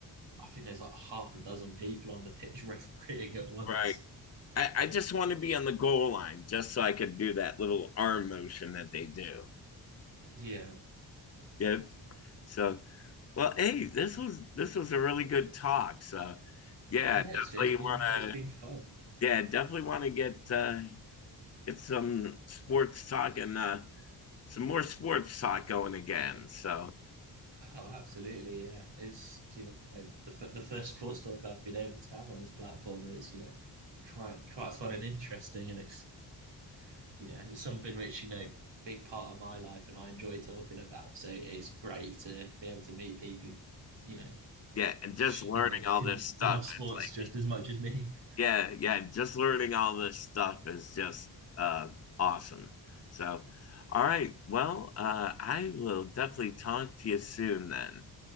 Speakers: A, on the right (about 70°); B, on the left (about 35°).
A: I think there's like half a dozen people on the pitch <laughs> refereeing at once.
B: right. I, I just want to be on the goal line just so I could do that little arm motion that they do.
A: Yeah.
B: Yep. So, well, hey, this was this was a really good talk. So, yeah,
A: Yeah,
B: definitely
A: it's it's been
B: want
A: it's
B: to
A: been fun.
B: yeah, definitely want to get uh, get some sports talk and uh, some more sports talk going again. So
A: Oh, absolutely. Yeah. It's, you know, the, f- the first sports talk I've been able to have on this platform and it's, you know, quite quite fun and interesting and it's Yeah, it's something which, you know, big part of my life and I enjoy talking about. So it's great to be able to meet people who, you know,
B: yeah, and just
A: sh-
B: learning
A: you know,
B: all
A: can
B: this stuff
A: love
B: is
A: sports
B: like
A: just as much as me. <laughs>
B: yeah, yeah, just learning all this stuff is just uh, awesome. So all right, well, uh, I will definitely talk to you soon then.